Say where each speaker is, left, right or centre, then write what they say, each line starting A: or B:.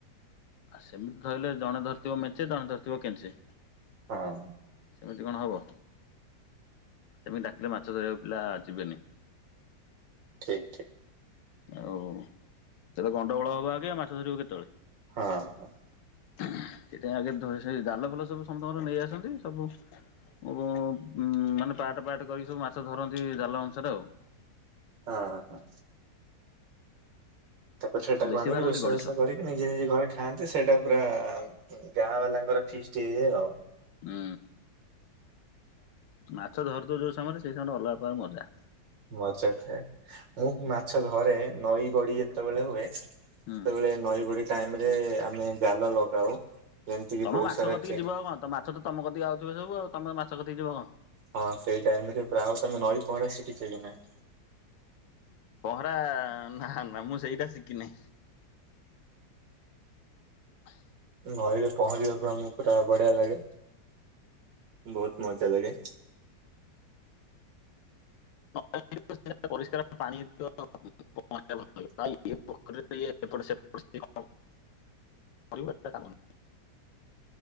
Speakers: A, on the left; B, on the right.
A: ଆଉ ସେମିତି ଧଇଲେ ଜଣେ ଧରିଥିବ ମେଞ୍ଚେ ଜଣେ ଧରିଥିବ କେଞ୍ଚେ।
B: ହଁ।
A: ସେମିତି କଣ ହବ ସେମିତି ଡାକିଲେ ମାଛ ଧରିବାକୁ ପିଲା ଯିବେନି।
B: ଠିକ୍ ଠିକ୍।
A: ଆଉ ତେବେ ଗଣ୍ଡଗୋଳ ହବ ଆଗେ ମାଛ ଧରିବୁ କେତେବେଳେ।
B: ହଁ ହଁ।
A: ସେଇଟା ଆଗେ ଧରିସାରି ଜାଲ ଫାଲ ସବୁ ସମସ୍ତଙ୍କର ନେଇ ଆସନ୍ତି ସବୁ। <unintelligible> ଉଁ ମାନେ ପାଟ୍ ପାଟ୍ କରିକି ସବୁ ମାଛ ଧରନ୍ତି ଜାଲ ଅନୁସାରେ ଆଉ।
B: ହଁ ହଁ। ତାପରେ ସେଟାକୁ
A: ବେଶୀ
B: ଆଣିକି
A: ଭାରନ୍ତି
B: ରୋଷେଇ
A: ଗଡିଶ
B: ବାସ କରି। ନିଜେ ନିଜେ ଘରେ ଖାଆନ୍ତି ସେଇଟା ପୁରା ଉଁ ଗାଁ ବାଲାଙ୍କର ଫିସ୍ଟ ହେଇଯାଏ ଆଉ।
A: ହୁଁ ମାଛ ଧରୁଥିବ ଯୋଉ ସମୟରେ ସେଇ ସମୟରେ ଅଲଗା ପକାର ମଜା।
B: ମଜା ଥାଏ ମୁଁ ମାଛ ଧରେ ନଈ ବଡି ଯେତେବେଳେ ହୁଏ ସେତେବେଳେ।
A: ହୁଁ।
B: ନଈ ବଡି ଟାଇମ୍ ରେ ଆମେ ଜାଲ ଲଗାଉ। ଯେମିତି କିି
A: ତମେ
B: ବହୁତ
A: ମାଛ
B: ସାରା
A: କତିିକି
B: ଚେଙ୍ଗ
A: ଯିବ ଆଉ କଁ ତ ମାଛ ତ ତମ କତିକି ଆଉ ଥିବେ ସବୁ ଆଉ ତମେ ମାଛ କତିକି ଯିବ କଁ?
B: ହଁ ସେଇ ଟାଇମ ରେ ପ୍ରାୟ ତମେ ନଈ ପହଁରା ଶିଖିଛ କି ନାଇ।
A: ପହଁରା ନା ନା ମୁଁ ସେଇଟା ଶିଖିନି। ହ
B: ନଇରେ ପହଁରିବା ପୁରା ମୁଁ ପୁରା ବଢିଆ ଲାଗେ ବହୁତ ମଜା ଲାଗେ।
A: <inaudible> ପରିଷ୍କାର ପାଣି <inaudible> <inaudible> ପୋଖରୀ ଏପଟ ସେପଟ <inaudible> <inaudible>